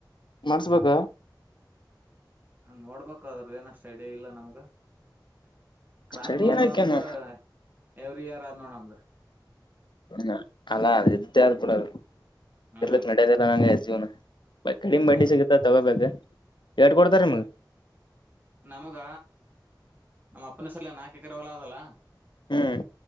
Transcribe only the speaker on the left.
ಮಾಡಸ್ಬೇಕ
ಸ್ಟಡಿ
ಏನಕೇನು
ಹ್ಮ ಅಲ್ಲ ಅ <unintelligible> ಆದ ಕೂಡದು
ಇರ್ಲಿಕ್ ನಡ್ಯದಲ್ಲ ನಂಗ ಜೀವ್ನ ಕಡಿಮ್
ಬಡ್ಡಿ ಸಿಗತ್ತ ತಗೋಬೇಕ ಎರಡ್ ಕೊಡ್ತಾರ ನಿಮ್ಗ್
ಹ್ಮ್